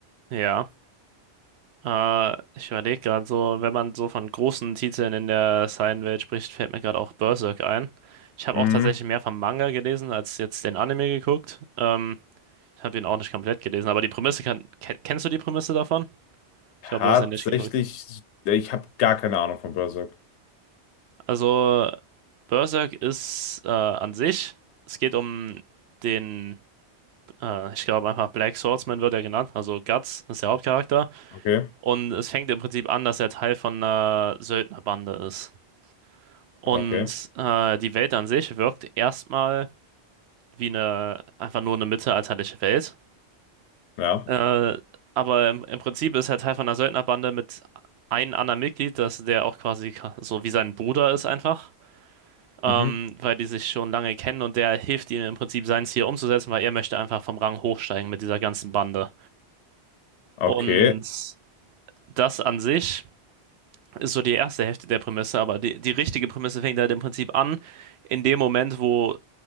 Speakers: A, on the right; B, on the left.
A: Ja. Äh, ich überlege gerade so, wenn man so von großen Titeln in der seinen welt spricht, fällt mir gerade auch Berserk ein. Ich habe
B: Hm.
A: auch tatsächlich mehr vom Manga gelesen als jetzt den Anime geguckt. Ähm, ich habe den auch nicht komplett gelesen, aber die Prämisse kann. Ken kennst du die Prämisse davon?
B: Tatsächlich,
A: Ich glaube, du hast den nicht geguckt.
B: ich habe gar keine Ahnung von Berserk.
A: Also, Berserk ist äh, an sich, es geht um den, äh, ich glaube einfach Black Swordsman wird er genannt, also Guts ist der Hauptcharakter.
B: Okay,
A: Und es fängt im Prinzip an, dass er Teil von einer Söldnerbande ist. Und
B: okay,
A: äh, die Welt an sich wirkt erstmal wie eine, einfach nur eine mittelalterliche Welt.
B: ja.
A: Äh, aber im, im Prinzip ist er Teil von einer Söldnerbande mit einem anderen Mitglied, das, der auch quasi so wie sein Bruder ist einfach. Ähm,
B: Mhm.
A: weil die sich schon lange kennen und der hilft ihm im Prinzip sein Ziel umzusetzen, weil er möchte einfach vom Rang hochsteigen mit dieser ganzen Bande.
B: Okay,
A: Und das an sich ist so die erste Hälfte der Prämisse, aber die, die richtige Prämisse fängt halt im Prinzip an, in dem Moment, wo